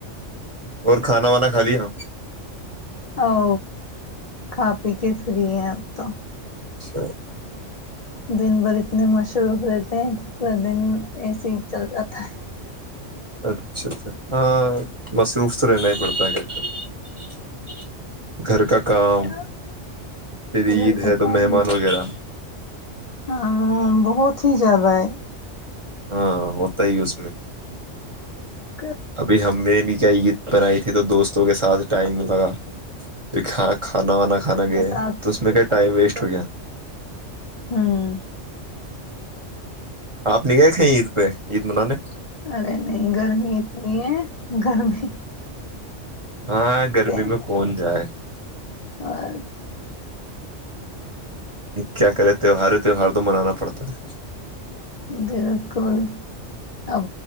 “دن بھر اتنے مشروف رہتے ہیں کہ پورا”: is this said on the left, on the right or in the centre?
Left